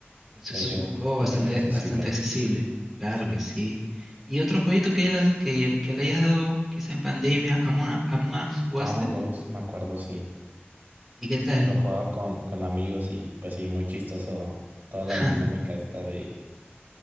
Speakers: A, in the centre; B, on the right (about 50°).
A: Entonces
B: Pues
A: es
B: ya
A: un
B: es
A: juego
B: es
A: bastante,
B: muy accesible,
A: bastante accesible, claro
B: sí.
A: que sí. ¿Y otro jueguito que, las has- que, que le hayas dado quizá en pandemia, Among, Among Us, jugaste?
B: Among Us, me acuerdo, sí.
A: ¿Y qué tal?
B: Lo jugaba con, con amigos y pues sí, muy chistoso toda la
A: <laughs>
B: dinámica esta de,